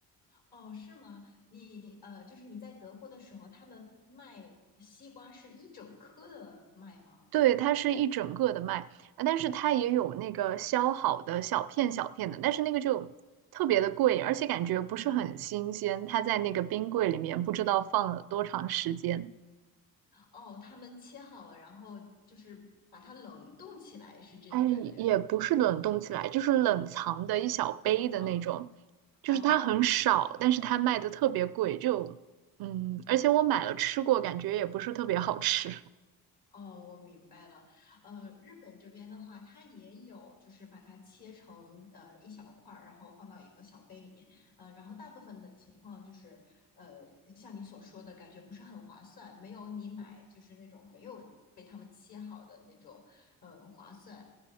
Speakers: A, on the left; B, on the right.
A: 哦，是吗？你呃，就是你在德国的时候，他们卖西瓜是一整颗的卖吗？
B: 对，它是一整个的卖，啊但是它也有那个削好的小片小片的，但是那个就特别的贵，而且感觉不是很新鲜，它在那个冰柜里面不知道放了多长时间。
A: 哦，他们切好了，然后就是把它冷冻起来，是这种感觉，
B: 哎，也不是冷冻起来，就是冷藏的一小杯的那种，
A: 冷藏。
B: 就是它很少，
A: 哦，哦
B: 但是它卖的特别贵，就嗯，而且我买了吃过，感觉也不是特别好吃。
A: 哦，我明白了。呃，日本这边的话，它也有，就是把它切成呃一小块儿，然后放到一个小杯里面。呃，然后大部分的情况就是，呃，像你所说的感觉不是很划算，没有你买就是那种没有被他们切好的那种，呃，划算。